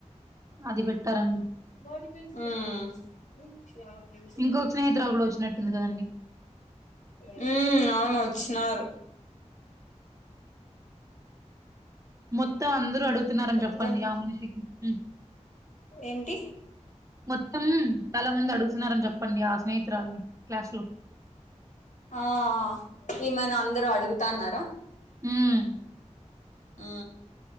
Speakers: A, on the right (about 25°); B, on the left (about 85°).
A: అది పెట్టారన్
B: మ్మ్
A: ఇంకొక స్నేహిరాలు కూడా వచ్చినట్టుంది కదండి
B: మ్మ్ అవును వచ్చినారు
A: మొత్తం అందరూ అడుగుతున్నారని
B: ఒక్కన్
A: చెప్పండి ఆ మనిషికి మ్మ్
B: ఏంటి
A: మొత్తం చాలా మంది అడుగుతున్నారని చెప్పండి ఆ స్నేహితురాల్ని క్లాస్ లో
B: ఆ ఈమెను అందరుూ అడుగుతన్నారా
A: ఉమ్.
B: ఆ